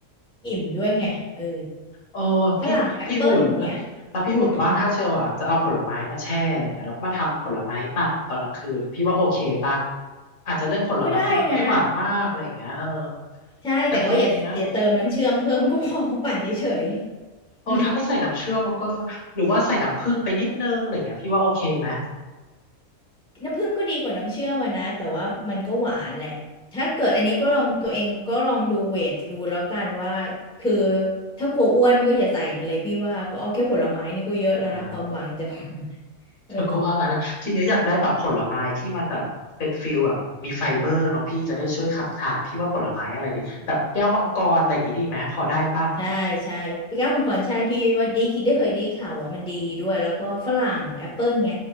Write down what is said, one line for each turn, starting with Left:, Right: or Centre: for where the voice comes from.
Centre: อิ่มด้วยไงเออ
Left: เออพี่พี่อุ่น
Centre: ฝรั่งแอปเปิลอย่างเงี้ย
Left: แล้วพี่อุ่นว่าถ้าเชลอะจะเอาผลไม้มาแช่อะไรเงี้ยแล้วมาทำผลไม้ปั่นตอนกลางคืนพี่ว่าโอเคป่ะ
Centre: อืม
Left: อาจจะเลือกผลไม้ที่แบบไม่หวานมากอะไรเงี้ยเออ
Centre: ก็ได้นะใช่แต่ก็อย่าอย่าเติมน้ำเชื่อมเพิ่มก็พอ
Left: แต่ทีเนี้ย
Centre: <laughs> ปั่นเฉยๆ
Left: โอ้ถ้าไม่ใส่น้ำเชื่อมมันก็จะหรือว่าใส่น้ำผึ้งไปนิดนึงอะไรอย่างเงี้ยพี่ว่าโอเคไหม
Centre: <laughs> น้ำผึ้งก็ดีกว่าน้ำเชื่อมอะนะแต่ว่ามันก็หวานแหละถ้าเกิดอันนี้ก็ลองตัวเองก็ลองดูเวทดูแล้วกันว่าคือถ้ากลัวอ้วนก็อย่าใส่มันเลยพี่ว่าก็เอาแค่ผลไม้นี่ก็เยอะแล้วนะความหวังจากผลไม้
Left: อ่า <laughs>
Centre: เออ
Left: เธอก็ว่างั้นแล้วทีเนี้ยอยากได้แบบผลไม้ที่มันแบบเป็นฟิลแบบมีไฟเบอร์เนาะพี่จะได้ช่วยขับถ่ายพี่ว่าผลไม้อะไรดีแบบแก้วมังกรอะไรอย่างงี้ดีไหมพอได้ป่ะ
Centre: ใช่ใช่ปีเก้ามังกรใช่พี่ว่าดีได้เคยได้ข่าวว่ามันดีด้วยแล้วก็ฝรั่งแอปเปิลไง